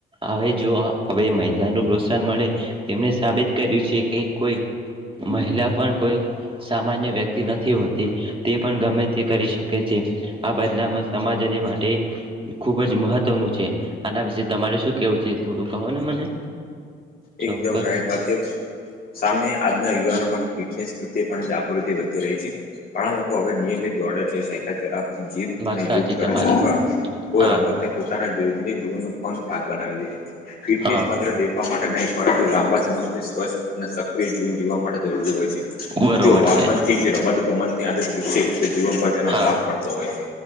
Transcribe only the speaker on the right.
હવે જો હવે. પ્રોત્સાહન મળે તેમણે સાબિત કર્યું છે, કે કોઈ મહિલા પણ કોઈ. સામાન્ય વ્યક્તિ નથી હોતી તે પણ ગમે તે કરી શકે છે આ બદલામાં. સમાજને માટે. ખુબ જ મહત્વનું છે, આના વિશે તમારે શું કેવું છે થોડું કહો ને મને. ચોક્કસ
વાત
સાચી
તમારી
હા
હા
બરોબર
છે
હા